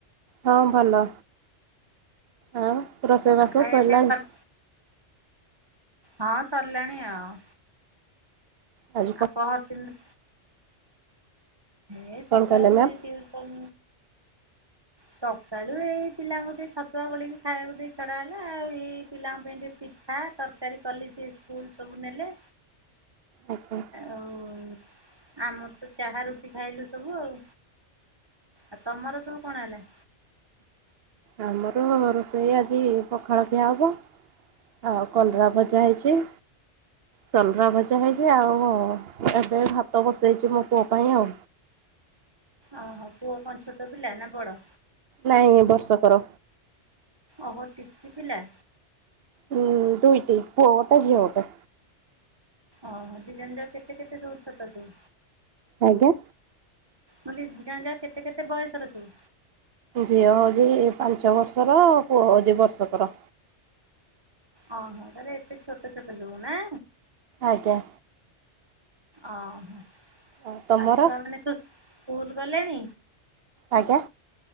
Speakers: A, on the right; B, on the right.
A: ହଁ ଭଲ ଆଉ ରୋଷେଇବାସ
B: ଆଉ ଖାଇବା
A: ସଇଲାଣି?
B: ପିଇବା ସରି ହଁ ସରିଲାଣି ଆଉ।
A: ଆଜି କ
B: ଆପଣ <unintelligible> ଏ ସକାଳେ
A: କଣ କହିଲେ ମ୍ୟାମ୍?
B: ଏଇ ଟ୍ୟୁସନ୍ ସକାଳୁ ଏଇ ପିଲାଙ୍କୁ ଟିକେ ଛତୁଆ ଗୋଳିକି ଖାଇବାକୁ ଦେଇ ଛଡା ହେଲା। ଆଉ ଏଇ ପିଲାଙ୍କ ପାଇଁ ଟିକେ ପିଠା, ତରକାରୀ କଲି ସେ ସ୍କୁଲ ସବୁ ନେଲେ।
A: ଓ ହୋ।
B: ଆଉ ଆମର ତ ଚାହା ରୁଟି ଖାଇଲୁ ସବୁ ଆଉ। ଆଉ ତମର ସବୁ କଣ ହେଲା?
A: ଆମର ରୋଷେଇ ଆଜି ପଖାଳ ଖିଆ ହବ। ଆଉ କଲରାଭଜା ହେଇଚି। ସଲରା ଭଜା ହେଇଚି। ଆଉ ଏବେ ଭାତ ବସେଇଚି ମୋ ପୁଅ ପାଇଁ ଆଉ।
B: ଓହୋ ପୁଅ କଣ ଛୋଟ ପିଲା ନା ବଡ?
A: ନାଇଁ ବର୍ଷକର।
B: ଓହୋ ଟିକିପିଲା।
A: ହୁଁ ଦୁଇଟି ପୁଅଗୋଟେ ଝିଅ ଗୋଟେ।
B: ଓ ହୋ ଦି ଜଣ ଯାକ କେତେ କେତେ <unintelligible> ସବୁ।
A: ଆଜ୍ଞା?
B: ମୁଁ ଦି ଦି ଜଣ ଯାକ କେତେ କେତେ ବୟସର ସବୁ?
A: ଝିଅ ହଉଚି ପାଞ୍ଚ ବର୍ଷର ପୁଅ ହଉଚି ବର୍ଷକର।
B: ଓହୋ। ତାହେଲେ ଏତେ ଛୋଟ ଛୋଟ ସବୁ ନା।
A: ଆଜ୍ଞା।
B: ଓ ହଁ।
A: ଆଉ ତମର?
B: ଆ ଛୁଆ ମାନେ ସବୁ ସ୍କୁଲ ଗଲେଣି?
A: ଆଜ୍ଞା